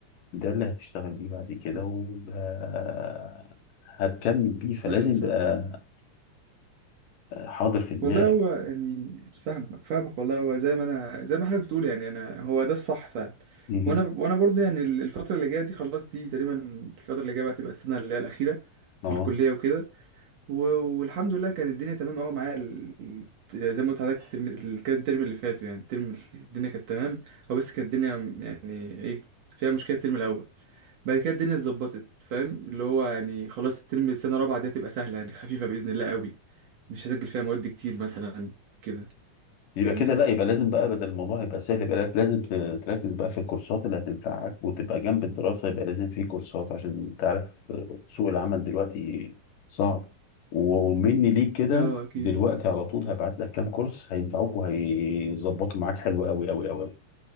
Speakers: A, on the left (about 80°); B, on the right (about 60°).
A: ده اللي هتشتغل بيه بعد كده
B: صح
A: وهتكمل بيه فلازم
B: صح صح
A: يبقى حاضر في دماغك
B: والله هو يعني فاهمك فاهمك والله هو زي ما انا زي ما حضرتك بتقول يعني انا هو ده الصح فعلا
A: مهم.
B: وانا وانا برضه يعني الفتره اللي جايه دي خلاص دي تقريبا الفتره اللي جايه بقى تبقى السنه اللي هي الاخيره في
A: اه
B: الكليه وكده و- والحمد لله كانت الدنيا تمام قوي معايا ال- ال- زي ما قلت لحضرتك الترم ال- كان الترم اللي فات يعني الترم الدنيا كانت تمام هو بس كانت الدنيا يعني ايه فيها مشكله الترم الاول بعد كده الدنيا اتظبطت فاهم اللي هو يعني خلاص الترم السنه الرابعه دي هتبقى سهله يعني خفيفه باذن الله قوي مش هسجل فيها مواد كتير مثلا كده
A: يبقى
B: فاهمني
A: كده لا يبقى لازم بقى بدل الموضوع يبقى سهل يبقى لازم ت- تركز بقى في الكورسات اللي هتنفعك وتبقى جنب الدراسة يبقى لازم في كورسات عشان تعرف آه، سوق العمل دلوقتي صعب ومني ليك كده
B: اه اكيد
A: دلوقتي على طول هبعت لك كام كورس هينفعوك وهيظبطوا معاك حلو قوي قوي قوي قوي